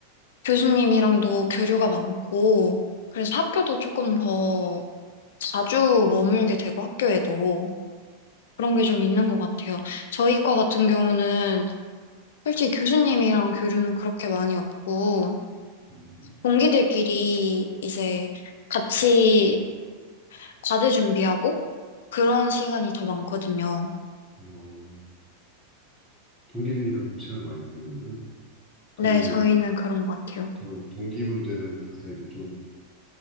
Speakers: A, on the left; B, in the centre.
A: 교수님이랑도 교류가 많고 그래서 학교도 조금 더 자주 머물게 되고 학교에도 그런 게 좀 있는 것 같아요. 저희 과 같은 경우는 솔직히 교수님이랑 교류는 그렇게 많이 없고,
B: 음,
A: 동기들끼리 이제 같이 과제 준비하고 그런 시간이 더 많거든요.
B: 어, 동기들이랑 좀 시간을 많이 보내는구나. 그러면은
A: 네, 저희는 그런 것 같아요.
B: 그런 동기분들은 다들 이제 좀